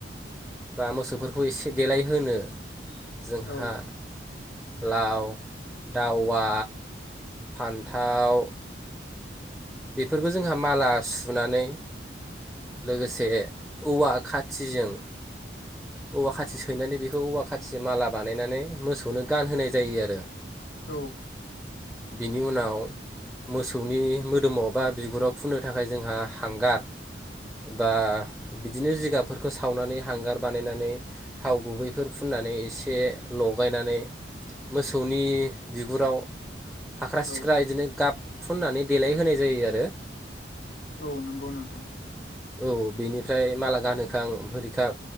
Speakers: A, in the centre; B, on the left.
A: बा मोसौफोरखौ एसे देलाय होनोनो जोंहा
B: औ
A: लाव दावा फान्थाव बेफोरखौ जोंहा माला सुनानै लोगोसे औवा खाथिजों औवा खाथि सैनानै बेखौ औवा खाथिजों माला बानायनानै मोसौनो गानहोनाय जायो आरो।
B: औ
A: बिनि उनाव मोसौनि मो ोदोमाव बा बिगुराव फुननो थाखाय जोंहा हांगार बा बिदिनो जिगाबफोरखौ सावनानै हांगार बानायनानै थाव गुबैफोर फुननानै एसे लगायनानै मोसौनि बिगुराव फाख्रा सिख्रा
B: औ
A: बिदिनो गाब फुननानै देलाय होनाय जायो आरो
B: औ नंगौ नोंथां
A: औ बेनिफ्राय माला गानहोखां होरिखां